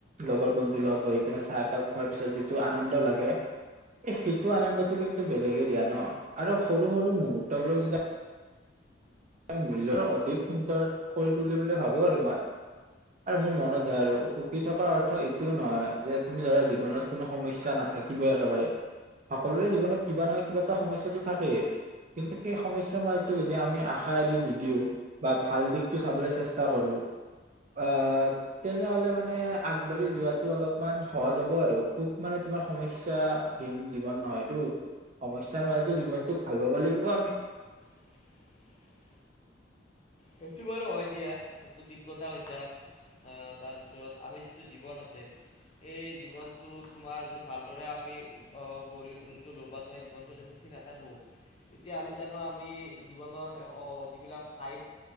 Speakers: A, on the right; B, on the left.
A: লগৰ বন্ধুৰ লগত বহি কিনে চাহ একাপ খোৱাৰ পিছত যিটো আনন্দ লাগে। এ সেইটো আনন্দটো কিন্তু বেলেগে দিয়া ন আৰু সৰু সৰু মুহুৰ্তবোৰক যেতিয়া ই মূল্য অধিক সুন্দৰ কৰি তুলি বুলি ভাবো আৰু মই। আৰু মোৰ মনত হয় আৰু সুখী থকাৰ অৰ্থ এইটোও নহয় যে তুমি ধৰা জীৱনত কোনো সমস্যা না- থাকিবই একেবাৰে। সকলোৰে জীৱনত কিবা নহয় কিবা এটা সমস্যাটো থাকেই কিন্তু সেই সমস্যাৰ মাজতো যদি আমি আশা এৰি নিদিও বা ভাল দিশটো চাবলৈ চেষ্টা কৰো অ তেনেহলে মানে আগবাঢ়ি যোৱাটো অলপমান সহজ হ'ব আৰু সুখ মানে তোমাৰ সমস্যাহীন জীৱন নহয়টো। সমস্যাৰ মাজতো জীৱনটোক ভাল পাব লাগিব আমি।
B: । <unintelligible> সেইটো বাৰু হয় দিয়া সেইটো ঠিক কথা কৈছা আহ তাৰপিছত আমি যিটো জীৱন আছে। এই জীৱনটো তোমাৰ যে ভালদৰে আমি অ গঢ়ি <unintelligible> জীৱনটো যে। নাথাকোঁ তেতিয়াহ'লে জানো আমি জীৱনৰ অ যিবিলাক হাই